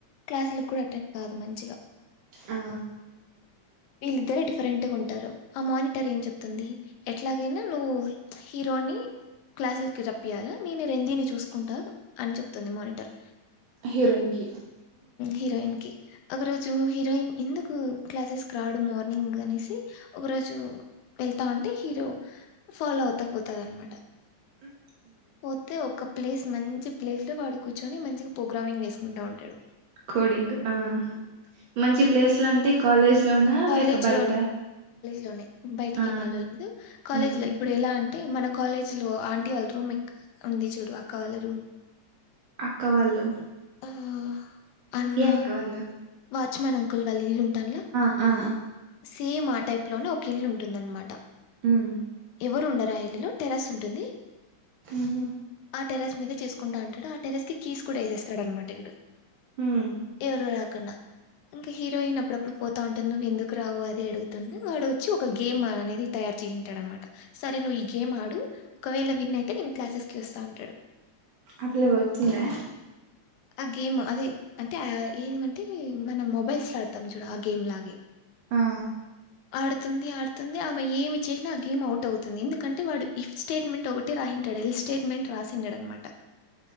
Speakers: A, on the left (about 80°); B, on the right (about 75°).
A: క్లాసులకు కూడా అటెండ్ కాదు మంచిగా
B: ఆ
A: ఇద్దరరూ డిఫరెంట్ గా ఉంటారు. ఆ మానిటర్ ఏం చెప్తుంది ఎట్లాగైనా నువ్వు హీరోని క్లాసులకి రప్పియ్యాలా నేను రెందిని చూసుకుంటా అని చెప్తుంది మానిటర్.
B: హీరోయిన్ కి
A: హీరోయిన్ కి ఒక రోజు హీరోయిన్ ఎందుకు క్లాసెస్ కి రావట్లేదు? ఇప్పుడు మార్నింగ్ అనేసి ఒక రోజు వెళ్తా ఉంటే హీరో ఫాలో అవుతా పోతాది అన్నమాట.
B: <inaudible>
A: పోతే ఒక ప్లేస్ మంచి ప్లేస్ లో వాడు కూర్చొని మంచిగా ప్రోగ్రామింగ్ చేసుకుంటా ఉంటాడు.
B: కోడింగ్. ఆ మంచి ప్లేస్లు లో అంటే కాలేజ్ లోనా
A: కాలేజ్
B: లేక బయట
A: లోనే బయటికి
B: ఆ
A: ఏమి వెళ్ళ లేదు కాలేజ్
B: ఉమ్
A: లో ఇప్పుడు ఎలా అంటే అంటే మన కాలేజ్ లో ఆంటీ వాళ్ళ రూమ్ ఎక్కడ ఉంది చూడు అక్క వాళ్ళ రూమ్
B: అక్కా వాళ్ళు
A: ఆ అన్న
B: ఏ అక్కా వాళ్ళు
A: వాచ్మెన్ అంకుల్ వాళ్ళు ఇల్లు ఉంటాన్ లా
B: ఆ ఆ
A: సేమ్ ఆ టైప్ లోనే ఒక ఇల్లు ఉంటుంది అన్నమాట.
B: మ్
A: ఎవరు ఉండరు ఆ ఇల్లులో టెర్రస్ ఉంటుంది.
B: మ్ హు
A: ఆ టెరెస్ మీద చేసుకుంటా ఉంటాడు. ఆ టెర్రస్ కి కీస్ కూడా వేసేస్తాడు అన్నమాట ఈడు
B: ఉమ్
A: ఎవరు రాకుండా. ఇంకా హీరోయిన్ అప్పుడప్పుడు పో పోతాఉంటుంది. నువ్వు ఎందుకు రావు అది అడుగుతుంది వాడు వచ్చి ఒక గేమ్ అనేది తయారు చేసుంటాడు అన్నమాట. సరే నువ్వు ఈ గేమ్ ఆడు ఒకవేళ విన్ అయితే నేను క్లాసెస్ కి వస్తా అంటాడు.
B: అ పిల్ల వర్త్ ఉందా?
A: ఆ గేమ్ అదే అంటే ఏమంటే మనం మొబైల్స్ లోలాడతాం చూడు ఆ గేమ్ లాగే
B: ఆ
A: ఆడుతుంది ఆడుతుంది ఆమె ఏమి చేసినా ఆ గేమ్ అవుట్ అవుతుంది. ఎందుకంటే వాడు ఇఫ్ స్టేట్మెంట్ ఒకటి రాసి ఇఫ్ స్టేట్మెంట్ రాసింటాడు అన్నమాట